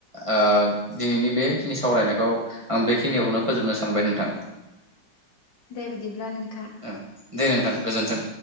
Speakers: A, on the right; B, on the left.
A: ओ दिनैनि बेखिनि सावरायनायखौ आं बेखिनियावनो फोजोबनो सानबाय नोंथां।
B: दे बिदिब्ला नोंथां।
A: औ दे नोंथां गोजोन्थों।